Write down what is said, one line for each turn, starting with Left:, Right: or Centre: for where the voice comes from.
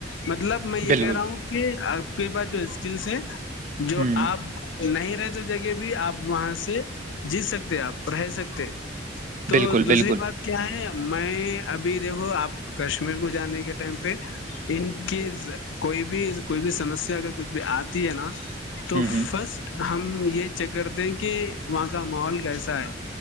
Left: مطلب میں یہ
Right: بالکل،
Left: کہہ رہا ہوں کہ آپ کے جو اسکلس ہے جو
Right: ہوں،
Left: آپ نہیں رہتے جگہ بھی آپ وہاں سے جیت سکتے آپ رہ سکتے تو
Right: بالکل،
Left: دوسری
Right: بالکل،
Left: بات کیا ہے میں ابھی دیکھو آپ کشمیر کو جانے کے ٹائم پہ ان کی کوئی بھی کوئی بھی سمسیا اگر کچھ بھی آ ہے نا تو
Right: ہوں،
Left: فرسٹ
Right: ہوں،
Left: ہم یہ چہ کر دے کہ وہاں کا ماحول کیسا ہے